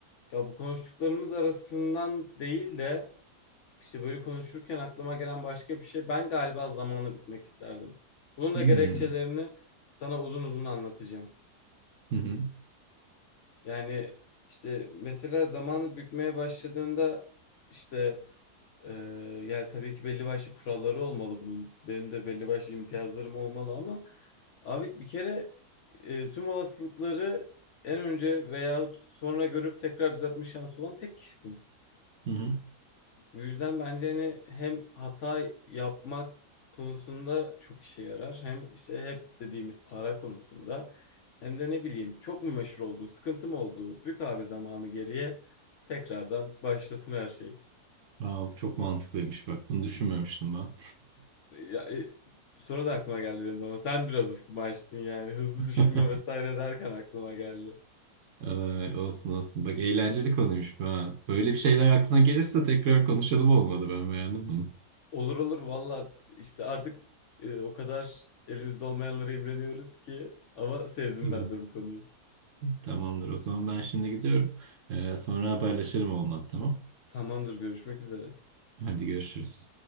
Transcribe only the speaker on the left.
Ya bu konuştuklarımız arasından değil de işte böyle konuşurken aklıma gelen başka bir şey. Ben galiba zamanı bitmek isterdim. Bunun
da gerekçelerini sana uzun uzun anlatacağım.
Yani işte mesela zamanı bükmeye başladığında işte e, ya tabii ki belli başlı kuralları olmalı bunun. Benim de belli başlı imtiyazlarım olmalı ama abi bir kere e, tüm olasılıkları en önce veyahut sonra görüp tekrar düzeltme şansı olan tek kişisin.
Bu yüzden bence hani hem hata yapmak konusunda çok işe yarar. Hem işte hep dediğimiz para konusunda. Hem de ne bileyim çok mu meşhur oldun, sıkıntı mı oldu? Bük abi zamanı geriye tekrardan başlasın her şey.
Ya, e, sonra da aklıma geldi benim de ama sen biraz ufkumu açtın yani. Hızlı düşünme
vesaire derken aklıma geldi.
Olur olur valla işte artık e, o kadar elimizde olmayanlara imreniyoruz ki. Ama sevdim
ben
de bu konuyu.
Tamamdır görüşmek üzere.